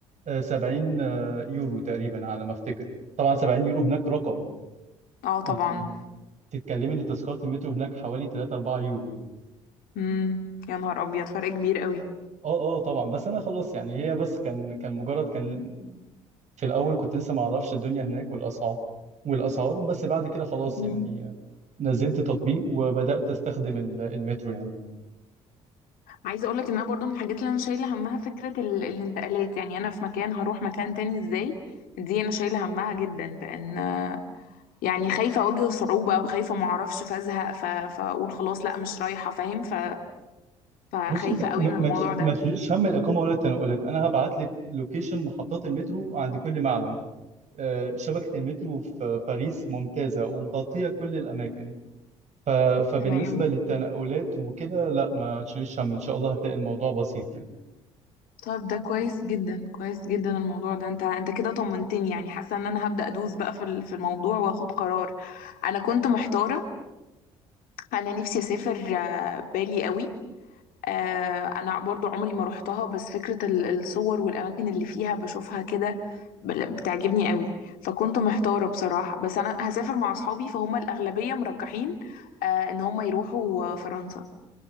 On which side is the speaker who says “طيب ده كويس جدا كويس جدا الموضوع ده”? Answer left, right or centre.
Left